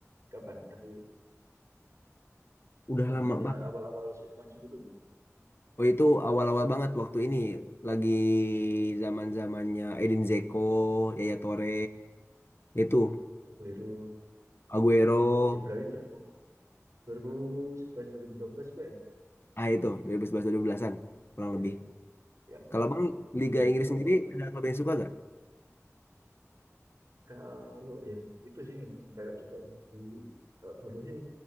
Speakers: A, on the right; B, on the left.
A: kapan dari
B: udah
A: zamannya
B: lama banget
A: awal-awal saya Mansur itu
B: oh itu awal-awal banget waktu ini lagi zaman-zamannya Edin Dzeko Yaya Toure itu
A: Aguero
B: Aguero
A: ya berarti 2000 2011 2012 gue ya
B: ah itu 2011 dua ribu dua belasan kurang
A: yang
B: lebih
A: yang
B: kalau bang Liga
A: yang
B: Inggris
A: apa
B: sendiri ada klub yang suka gak
A: Kalau ya, itu sih ngikutin kakak juga di kalau dulu sih